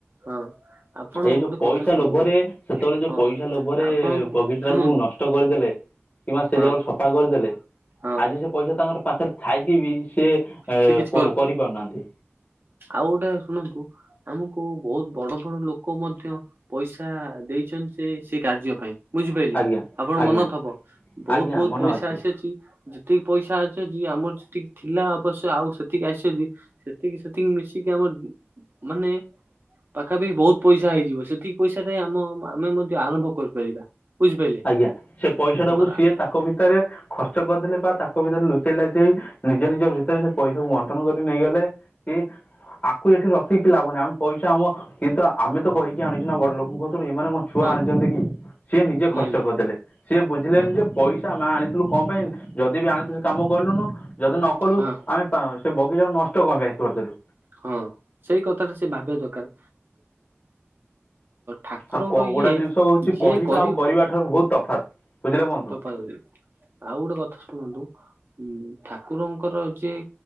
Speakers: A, on the right (about 55°); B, on the left (about 35°).
A: ହଁ ଆପଣ
B: ଏଇ ଯୋଉ
A: ଗୋଟେ
B: ପଇସା
A: କଥା ଶୁଣନ୍ତୁ
B: ଲୋଭରେ ସେତେବେଳେ ଯୋଉ
A: ହଁ
B: ପଇସା ଲୋଭରେ
A: ଆପଣଙ୍କୁ
B: ବଗିଚା
A: ଶୁଣନ୍ତୁ
B: କୁ ନଷ୍ଟ କରିଦେଲେ କିମ୍ବା ସେ
A: ହଁ
B: ଜାଗକୁ ସଫା କରିଦେଲେ
A: ହଁ
B: ଆଜି ସେ ପଇସା ତାଙ୍କର ପାଖରେ ଥାଇକି ବି ସେ ଏ
A: ସେ କିଛି
B: କରିପାରୁନାହାନ୍ତି
A: ଆଉ ଗୋଟେ ଶୁଣନ୍ତୁ ଆମକୁ ବହୁତ ବଡ ବଡ ଲୋକ ମଧ୍ୟ ପଇସା ଦେଇଛନ୍ତି ସେ ସେ କାର୍ଯ୍ୟ ପାଇଁ ବୁଝିପାରିଲେ
B: ଆଜ୍ଞା
A: ଆପଣ
B: ଆଜ୍ଞା
A: ମନ ଥବ ବହୁତ
B: ଆଜ୍ଞା
A: ବହୁତ
B: ମନେ
A: ପଇସା
B: ଅଛି।
A: ଆସିଅଛି ଯେତିକି ପଇସା ଅଛି ଅଛି ଆମର ଯେତିକି ଥିଲା ଅବ ଆଉ ସେତିକି ଆସି ବ ଯଦି ସେତିକି ସେତିକି ମିଶିକି ଆମର ମାନେ- ପାଖାପାଖି ବହୁତ ପଇସା ହେଇଯିବ ସେତିକି ପଇସାରେ ଆମ ଆମେ ମଧ୍ୟ ଆରମ୍ଭ କରିପାରିବା ବୁଝିପାରିଲେ
B: ଆଜ୍ଞା ସେ ପଇସାଟାକୁ
A: ଆମର
B: ସିଏ ତାଙ୍କ ଭିତରେ ଖର୍ଚ୍ଚ କରିଦେଲେ ବା ତାଙ୍କ ଭିତରେ ଲୁଚେଇ ଲାଚେଇ ନିଜ ନିଜ ଭିତରେ ସେ ପଇସାକୁ ବଣ୍ଟନ କରି ନେଇଗଲେ। କି। ଆକୁ ଏଠି ରଖିକି ଲାଭ ନାହିଁ ଆମେ ପଇସା ଆମ କିଏ ତ ଆମେ ତ କହିକି ଆଣିଚୁ ନା ବଡ ଲୋକଙ୍କ କତିରୁ ଏମାନେ କ ଛୁଆ
A: ହଁ
B: ଆଣିଚନ୍ତି କି ସିଏ ନିଜେ
A: ନାଇଁ
B: ଖର୍ଚ୍ଚ କରିଦେଲେ ସିଏ ବୁଝିଲେନି
A: ହଁ
B: ଯେ ପଇସ୍ ସା ଆମେ ଆଣିଥିଲୁ କଣ ପାଇଁ ଯଦି ବି ଆଣିଥିଲୁ କାମ କଲୁନୁ ଯଦି ନ କଲୁ
A: ହଁ।
B: ଆମେ ଆଁ -ସେ ବଗିଚାକୁ ନଷ୍ଟ କଣ ପାଇଁ କରିଦେଲୁ।
A: ହଁ ସେଇ କଥାଟା ସେ ଭାବିବା ଦରକାର୍। ଠାକୁରଙ୍କ
B: ଆଉ କ
A: ଇଏ
B: ଗୋଟେ ଜିନିଷ ହଉଛି
A: ଯିଏ
B: କହିବା
A: କରିବ
B: ଆଉ କରିବା ଠାରୁ ବହୁତ ତଫାତ୍ ବୁଝିଲେ ବନ୍ଧୁ
A: ତପାଇ ଆଉ ଗୋଟେ କଥା ଶୁଣନ୍ତୁ ହୁଁ ଠାକୁରଙ୍କର ଯିଏ